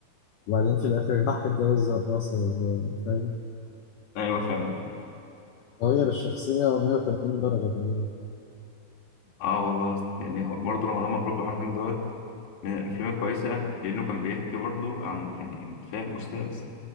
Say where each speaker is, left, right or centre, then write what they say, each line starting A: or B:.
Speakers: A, on the left; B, on the left.
A: وبعدين في الآخر راح اتجوز رقاصة فاهم
B: أيوة فعلا
A: فغير الشخصية 180 درجة تقريبا
B: اه والله يا اسطى. يعني هو برضه رمضان مبروك الرحمن دوت من الأفلام الكويسة لأنه كان بيحكي برضه عن يعني فاهم أستاذ